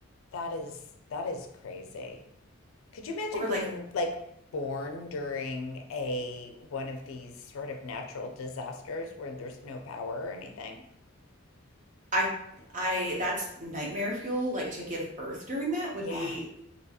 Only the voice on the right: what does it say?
Or
like
I I that's nightmare fuel, like to give birth during that would
be